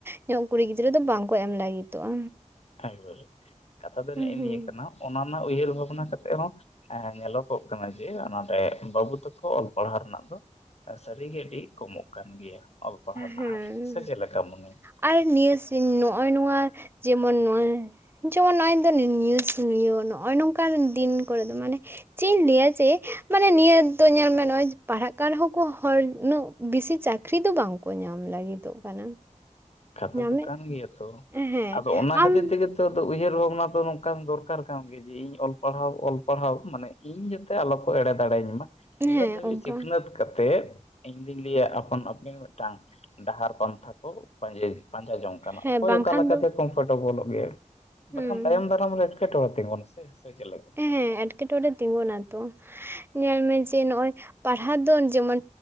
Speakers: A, on the right; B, on the left.
A: ᱧᱚᱜ ᱠᱩᱲᱤ ᱜᱤᱫᱽᱨᱟᱹ ᱫᱚ ᱵᱟᱝᱠᱚ ᱮᱢ ᱞᱟᱹᱜᱤᱫᱚᱜᱼᱟ᱾
B: ᱮᱠᱵᱟᱨᱮ, ᱠᱟᱛᱷᱟ ᱫᱚ
A: ᱦᱩᱸ
B: ᱱᱮᱜᱼ ᱱᱤᱭᱟᱹ ᱠᱟᱱᱟ ᱚᱱᱟ ᱨᱮᱱᱟᱜ ᱩᱭᱦᱟᱹᱨ ᱵᱷᱟᱵᱱᱟ ᱠᱟᱛᱮ ᱦᱚᱸ᱾ ᱮᱸ ᱧᱮᱞᱚᱜᱚᱜ ᱠᱟᱱᱟ ᱡᱮ, ᱚᱱᱟᱰᱮ ᱵᱟᱹᱵᱩ ᱛᱟᱠᱚ ᱚᱞ ᱯᱟᱲᱦᱟᱣ ᱨᱮᱱᱟᱜ ᱫᱚ, ᱥᱟᱹᱨᱤᱜᱮ ᱟᱹᱰᱤ ᱠᱚᱢᱚᱜ ᱠᱟᱱ ᱜᱮᱭᱟ, ᱚᱞ ᱯᱟᱲᱦᱟᱜ ᱨᱮᱱᱟᱜ
A: ᱦᱮᱸ
B: ᱦᱟᱨ ᱥᱮ ᱪᱮᱫᱮᱠᱟ ᱢᱚᱱᱮᱭᱟ?
A: ᱟᱨ ᱱᱤᱭᱟ. ᱥᱤᱱ ᱱᱚᱜᱼᱚᱭ ᱱᱚᱣᱟ, ᱡᱮᱢᱚᱱ ᱱᱚᱭ ᱡᱮᱢᱚᱱ ᱱᱚᱜᱼᱚᱭ ᱫᱚ ᱱᱤᱭᱟ. ᱤᱭᱟᱹ ᱱᱚᱜᱼᱚᱭ ᱱᱚᱝᱠᱟᱱ ᱫᱤᱱ ᱠᱚᱨᱮ ᱫᱚ ᱢᱟᱱᱮ ᱪᱮᱫ ᱤᱧ ᱞᱟᱹᱭᱟ ᱡᱮ, ᱢᱟᱱᱮ ᱱᱤᱭᱟᱹ ᱫᱚ ᱧᱮᱞ ᱢᱮ ᱱᱚᱜᱚᱭ ᱯᱟᱲᱦᱟᱜ ᱠᱟᱱ ᱨᱮᱦᱚᱸ ᱠᱚ ᱦᱚᱲ ᱩᱱᱟᱹᱜ ᱵᱮᱥᱤ ᱪᱟᱹᱠᱨᱤ ᱫᱚ ᱵᱟᱝ᱾ ᱠᱚ ᱧᱟᱢ ᱞᱟᱹᱜᱤᱫᱚᱜ ᱠᱟᱱᱟ᱾
B: ᱠᱟᱛᱷᱟ
A: ᱧᱟᱢᱮᱫ
B: ᱫᱚ ᱠᱟᱱ ᱜᱮᱭᱟ ᱛᱚ,
A: ᱦᱮᱸ
B: ᱟᱫᱚ ᱚᱱᱟ
A: ᱟᱢ
B: ᱠᱷᱟᱹᱛᱤᱨ ᱛᱮᱜᱮ ᱱᱤᱛᱚᱜ ᱫᱚ ᱩᱭᱦᱟᱹᱨ ᱵᱷᱟᱵᱽᱱᱟ ᱛᱚ ᱱᱚᱝᱠᱟᱱ ᱫᱚᱨᱠᱟᱨ ᱠᱟᱱ ᱜᱮᱭᱟ᱾ ᱡᱮ ᱤᱧ ᱚᱞ ᱯᱟᱲᱦᱟᱣ ᱚᱞ ᱯᱟᱲᱦᱟᱣ ᱢᱟᱱᱮ ᱤᱧ ᱡᱟᱛᱮ ᱟᱞᱚ ᱠᱚ ᱮᱲᱮ ᱫᱟᱲᱮᱭᱟᱹᱧ ᱢᱟ ᱱᱤᱱᱟᱹᱜ
A: ᱦᱮᱸ
B: ᱫᱷᱟᱵᱤᱡ
A: ᱚᱱᱠᱟ
B: ᱥᱤᱠᱷᱱᱟᱹᱛ ᱠᱟᱛᱮᱜ ᱤᱧ ᱫᱩᱧ ᱞᱟᱹᱭᱟ ᱟᱯᱟᱱ ᱟᱹᱯᱤᱱ ᱢᱤᱫᱴᱟᱝ ᱰᱟᱦᱟᱨ ᱯᱟᱱᱛᱷᱟ ᱠᱚ ᱯᱟᱸᱡ ᱯᱟᱸᱡᱟ ᱡᱚᱝ ᱠᱟᱱᱟ,
A: ᱦᱮᱸ
B: ᱚᱠᱚᱭ
A: ᱵᱟᱝᱠᱷᱟᱱ
B: ᱚᱠᱟ ᱞᱮᱠᱟᱛᱮ
A: ᱫᱚ
B: ᱠᱚᱢᱯᱷᱚᱨᱴᱮᱵᱚᱞᱚᱜ ᱜᱮ
A: ᱦᱩᱸ
B: ᱵᱟᱠᱷᱟᱱ ᱛᱟᱭᱚᱢ ᱫᱟᱨᱟᱢ ᱨᱮ ᱮᱴᱠᱮᱴᱚᱸᱮᱲ ᱛᱤᱜᱩᱱᱟ ᱥᱮ ᱪᱮᱫ ᱞᱮᱠᱟ?
A: ᱦᱮᱸ ᱮᱸᱴᱠᱮᱴᱚᱲᱮ ᱛᱤᱸᱜᱩᱱᱟᱛᱚ ᱧᱮᱞ ᱢᱮ ᱡᱮ ᱱᱚᱜ ᱚᱭ ᱯᱟᱲᱦᱟᱣ ᱫᱚ ᱡᱮᱢᱚᱱ